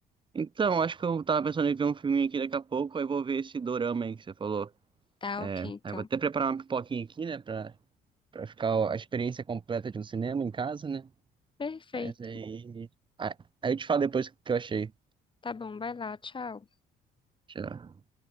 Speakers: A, on the right; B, on the left.
A: Então, acho que eu tava pensando em ver um filminho aqui daqui a pouco, aí vou ver esse dorama aí que você falou.
B: Tá
A: É,
B: ok, então.
A: aí eu vou até preparar uma pipoquinha aqui, né, pra, pra ficar ó, a experiência completa de um cinema em casa, né?
B: Perfeito.
A: Mas aí. Aí aí eu te falo depois o que eu achei.
B: Tá bom, vai lá, tchau.
A: Tchau.